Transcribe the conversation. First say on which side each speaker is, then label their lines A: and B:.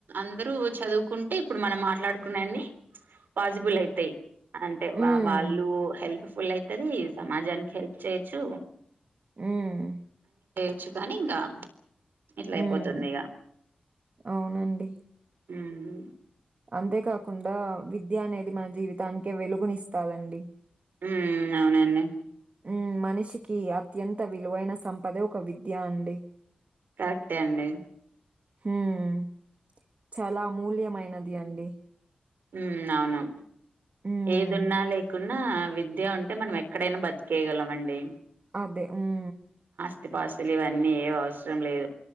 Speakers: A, on the right; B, on the right.
A: అందరు చదువుకుంటే ఇప్పుడు మనం మాట్లాడుకునేన్ని పాసిబుల్ అయితాయి అంటే
B: హ్మ్.
A: వా వాళ్ళు హెల్ప్ఫుల్ అయితది సమాజానికి హెల్ప్ చేయొచ్చు
B: హ్మ్
A: చ్చు కానీ ఇంగ ఇట్లా
B: హ్మ్.
A: అయిపోతుంది ఇగ
B: అవునండి
A: మ్ హు
B: అంతే కాకుండా విద్య అనేది మన జీవితానికే వెలుగునిస్తాదండి
A: మ్మ్ అవునండి
B: మ్మ్ మనిషికి అత్యంత విలువైన సంపదే ఒక విద్య అండి
A: కరక్టె అండి
B: హుమ్ చాలా మూల్యమైనది అండి
A: ఉమ్ అవును
B: హ్మ్.
A: ఏది ఉన్నా లేకు న్నా విద్య ఉంటే మనం ఎక్కడైనా బతికేయగలం అండి
B: అదే ఉమ్
A: స్తిపాస్తులు ఇవన్నీ ఏ అవసరం లేదు